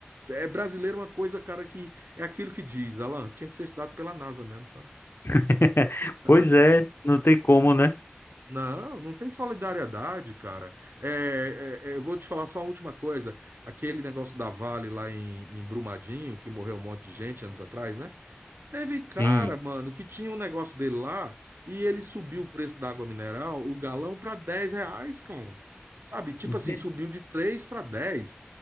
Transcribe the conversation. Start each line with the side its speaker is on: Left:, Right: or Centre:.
Right: É brasileiro é uma coisa, cara, que é aquilo que diz, Alan, tinha que ser estudado pela NASA mesmo, sabe?
Left: <laughs>
Right: Aham.
Left: Pois é, não tem como, né?
Right: Não, não tem solidariedade, cara. É, é, é, eu vou te falar só uma última coisa. Aquele negócio da Vale lá em, em Brumadinho, que morreu um monte de gente anos atrás, né? Teve
Left: Sim.
Right: cara, mano, que tinha um negócio dele lá e ele subiu o preço da água mineral, o galão, para 10 reais, cara. Sabe? Tipo assim,
Left: Vê-
Right: subiu de 3 para dez